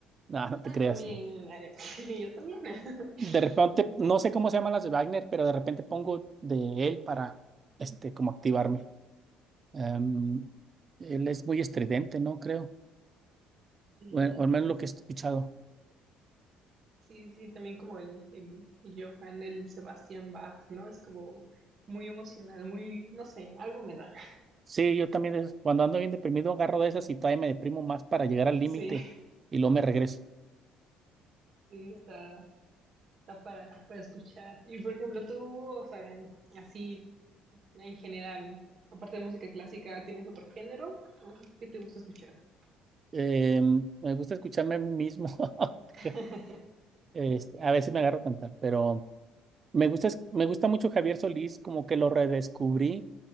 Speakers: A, on the right (about 35°); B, on the right (about 50°).
A: Nah, no te
B: Ah,
A: creas.
B: también, Arias. <laughs> yo también. <laughs>
A: De repente, no sé cómo se llaman las de Wagner, pero de repente pongo de él para, este, como activarme. Am, él es muy estridente, ¿no? Creo.
B: Sí,
A: Bueno, al menos
B: sí,
A: lo que he escuchado.
B: sí, sí, también como el, el Johann, el Sebastián Bach, ¿no? Es como muy emocional, muy, no sé, algo me da. <laughs>
A: Sí, yo también es- cuando ando bien deprimido agarro de esas y todavía me deprimo más para llegar al límite
B: Sí,
A: y luego me regreso.
B: sí, está, está para, para escuchar. Y por ejemplo, tú, o sea, así en general, aparte de música clásica, ¿tienes otro género? ¿Qué te gusta escuchar?
A: Eh, me gusta escucharme a mí mismo. <laughs>
B: <laughs>
A: Este, a veces me agarro a cantar, pero me gusta, es- me gusta mucho Javier Solís, como que lo redescubrí.